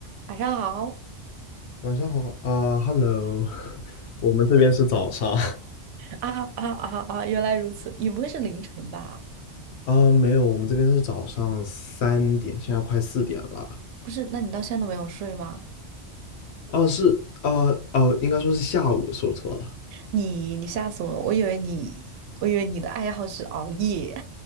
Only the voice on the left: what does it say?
晚上好啊，Hello，<laughs> 我们这边是早上
<laughs> 啊，没有，我们这边是早上三点，现在快四点了。
哦，是，啊，哦，应该说是下午，说错了。